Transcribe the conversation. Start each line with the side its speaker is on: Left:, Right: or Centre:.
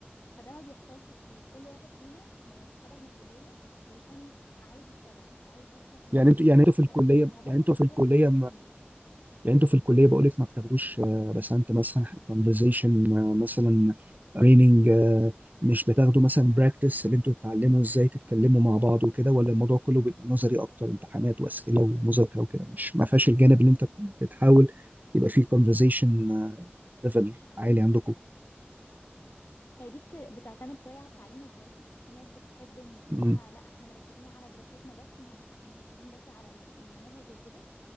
Left: فده ما بيحصلش كتير كل واحد فينا لما بيتخرج من الكليه بيكون عايز يشتغل عايز يكسب فلوس
Right: يعني انتوا يعني
Left: عايز
Right: انتوا في الكليه
Left: حاجات اهدافه
Right: يعني انتوا
Left: بتروح
Right: في الكليه
Left: في حته تانية
Right: يعني انتوا في الكليه بقول لك ما بتاخدوش آه، بسنت مثلا كونفرزيشن مثلا ريننج مش بتاخدوا مثلا براكتس اللي انتوا بتتعلموا ازاي تتكلموا مع بعض وكده ولا الموضوع كله بيبقى نظري اكتر امتحانات واسئله ومذاكره وكده مش ما فيهاش الجانب اللي انت بتحاول يبقى فيه كونفرزيشن ليفل عالي عندكم
Left: هي دي بت... بتعتمد شويه على التعليم الذاتي في ناس بتحب إن- انها
Right: مم.
Left: لا احنا مركزين على دراستنا بس مه- مركزين بس على المناهج وكده